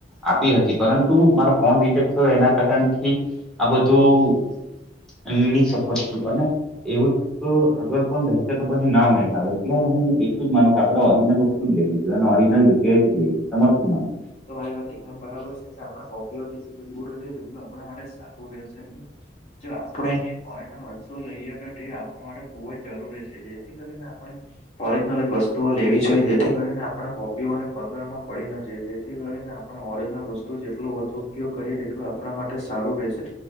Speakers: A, in the centre; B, on the left (about 35°).
A: આપી હતી, પરંતુ મારો ફોન રીઝેક તો એના કારણથી આ બધું એમની સફળ થયું અને એવું જ તો આગળ પણ રહેશે તો પછી ના મેળ આવે, એટલે હું એટલું જ માનું કે આપડે ઓરિજનલ શું કેવું ઓરિજનલ <unintelligible> તમારુ શું માનવું?
B: તમારી વાત એકદમ બરાબર છે, કે આપણા કોપીઓથી જેટલું દૂર રહે તો એટલું આપણા માટે સારું રહેશે. <inaudible> જો આપણે ઓરિજનલ વસ્તુ ઓ લઈએ તો તે આપણા માટે ખુબ જ જરૂરી છે, જેથી કરીને આપણે ઓરિજલ વસ્તુઓ લેવી જોઈએ, જેથી કરીને આપણે કોપીઓને ફગરમાં પડી ના જએ. જે થી કરીને આપણે ઓરિજનલ વસ્તુ જેટલું વધુ ઉપયોગ કર્યે એટલું આપણા માટે સારું રહેશે